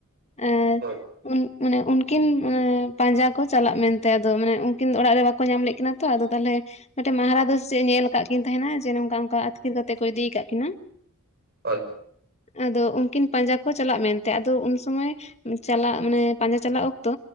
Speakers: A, on the left (about 30°); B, on the right (about 50°).
A: ᱟᱨ
B: ᱦᱳᱭ ᱦᱳᱭ
A: ᱩᱱ ᱢᱟᱱᱮ ᱩᱱᱠᱤᱱ ᱯᱟᱸᱡᱟ ᱠᱚ ᱪᱟᱞᱟᱜ ᱢᱮᱱᱛᱮ ᱟᱫᱚ ᱢᱟᱱᱮ ᱩᱱᱠᱤᱱ ᱫᱚ ᱚᱲᱟᱜ ᱨᱮ ᱵᱟᱠᱚ ᱧᱟᱢ ᱞᱮᱫ ᱠᱤᱱᱟ ᱛᱚ ᱟᱫᱚ ᱛᱟᱦᱚᱞᱮ ᱢᱤᱫᱴᱮᱱ ᱢᱟᱦᱟᱨᱟ ᱫᱚ ᱥᱮ ᱪᱮᱫ ᱮ ᱧᱮᱞ ᱟᱠᱟᱫ ᱠᱤᱱ ᱛᱟᱦᱮᱱᱟ ᱡᱮ ᱱᱚᱝᱠᱟ ᱚᱱᱠᱟ ᱟᱹᱛᱠᱤᱨ ᱠᱟᱛᱮᱫ ᱠᱚ ᱤᱫᱤ ᱟᱠᱟᱫ ᱠᱤᱱᱟ
B: ᱦᱳᱭ
A: ᱟᱫᱚ ᱩᱱ ᱩᱱᱠᱤᱱ ᱯᱟᱸᱡᱟ ᱠᱚ ᱪᱟᱞᱟᱜ ᱢᱮᱱᱛᱮ ᱟᱫᱚ ᱩᱱ ᱥᱚᱢᱚᱭ ᱪᱟᱞᱟᱜ ᱢᱟᱱᱮ ᱯᱟᱸᱡᱟ ᱪᱟᱞᱟᱜ ᱚᱠᱛᱚ